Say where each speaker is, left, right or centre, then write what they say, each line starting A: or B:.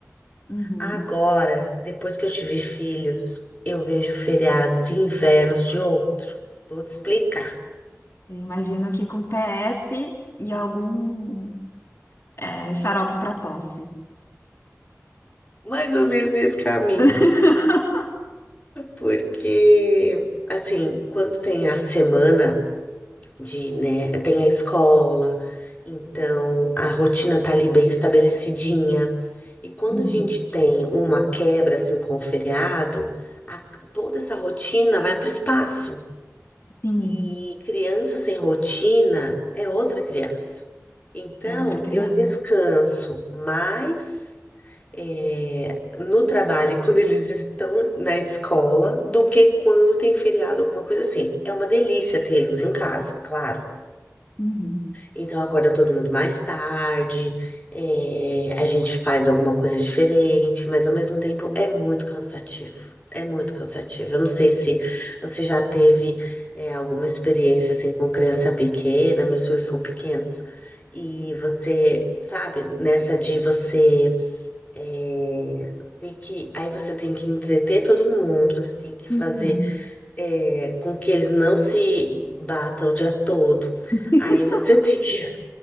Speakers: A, on the left; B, on the left.
A: uhum.
B: Agora, depois que eu tive filhos, eu vejo feriados e invernos de outro. Vou te explicar.
A: Eu imagino que com PS e algum é, xarope para tosse.
B: Mais ou menos nesse caminho.
A: <laughs>
B: Porque, assim, quando tem a semana de, né, tem a escola, então a rotina tá ali bem estabelecidinha. E quando
A: Uhum.
B: a gente tem uma quebra, assim, com o feriado, a- toda essa rotina vai pro espaço.
A: Sim,
B: E criança sem rotina é outra criança. Então,
A: é outra criança.
B: eu descanso mais eh, no trabalho e quando eles estão na escola do que quando tem feriado, alguma coisa assim. É uma delícia tê-los em casa, claro.
A: Uhum,
B: Então acorda todo mundo mais tarde, eh, a gente faz alguma coisa diferente, mas ao mesmo tempo é muito cansativo. É muito cansativo. Eu não sei se você já teve, eh, alguma experiência assim com criança pequena, meus filhos são pequenos, e você, sabe, nessa de você eh, tem que, aí você tem que entreter todo mundo, você tem que fazer
A: uhum.
B: eh, com que eles não se batam o dia todo.
A: <laughs>
B: Aí você <laughs> tem que